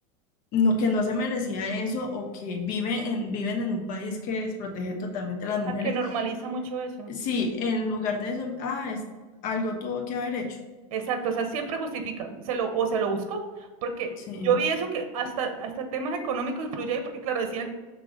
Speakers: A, on the left; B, on the right.
A: no, que no se merecía eso o que vive en, viven en un país que desprotege totalmente a las mujeres,
B: A que normaliza mucho eso.
A: sí, en lugar de eso, ah, es, algo tuvo que haber hecho.
B: Exacto, o sea, siempre justifican, se lo, o se lo busco, porque
A: Sí.
B: yo vi eso que hasta, hasta temas económicos influye ahí, porque claro, decían,